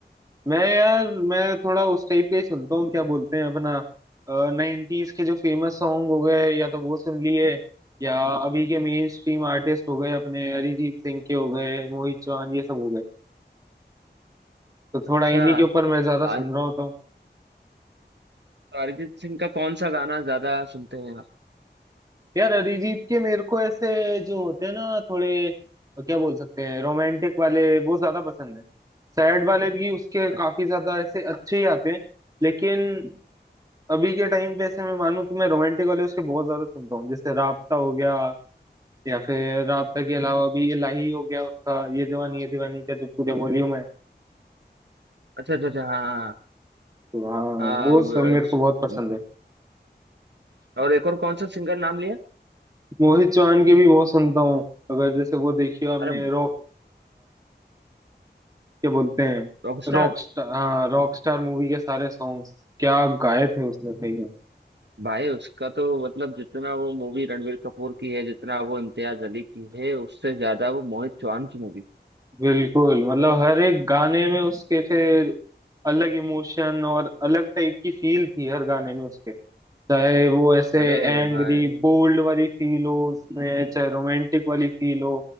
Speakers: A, on the right; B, on the right.
A: मैं यार मैं थोड़ा उस टाइप का ही सुनता हूँ क्या बोलते हैं अपना नाइन्टीज के जो फेमस सॉन्ग हो गए या तो वो सुन लिए या अभी के मेन स्ट्रीम आर्टिस्ट हो गए अपने अरिजीत सिंह के हो गए मोहित चौहान ये सब हो गए तो थोड़ा
B: अच्छा
A: इन्हीं के ऊपर मैं ज्यादा
B: आर
A: सुन रहा होता हूँ
B: अरिजीत सिंह का कौन सा गाना ज्यादा सुनते हैं आप
A: यार अरिजीत के मेरे को ऐसे जो होते हैं ना थोड़े क्या बोल सकते हैं रोमांटिक वाले वो ज्यादा पसंद है सैड वाले भी उसके
B: अ-
A: काफी ज्यादा ऐसे अच्छे ही आते हैं लेकिन अभी के टाइम पे ऐसे मैं मानूं तो मैं रोमांटिक वाले उसके बहुत ज्यादा सुनता हूँ जैसे राबता हो गया या फिर राबता के अलावा भी इलाही हो गया उसका ये जवानी ये दीवानी का जो पूरे वॉल्यूम है
B: अच्छा अच्छा अच्छा हाँ हाँ
A: तो हाँ
B: हाँ
A: वो
B: व-
A: सब
B: अ-
A: मेरे को बहुत पसंद है
B: और एक और कौन सा सिंगर नाम लिया
A: मोहित चौहान के भी बहुत सुनता हूँ अगर जैसे वो देखियो आपने
B: अरे
A: रॉक क्या बोलते हैं
B: रॉकस्टार
A: रॉक स्टार हाँ रॉक स्टार मूवी के सारे सॉन्ग्स क्या गाए थे उसने सही में
B: भाई उसका तो मतलब जितना वो मूवी रणवीर कपूर की है जितना वो इम्तियाज अली की है उससे ज्यादा वो मोहित चौहान की मूवी
A: बिल्कुल मतलब हर एक गाने में उसके फिर अलग इमोशन और अलग टाइप की फील थी हर गाने में उसके चाहे वो ऐसे
B: अरे
A: एंग्री
B: भाई
A: बोल्ड वाली फील हो उसमें चाहे रोमांटिक वाली फील हो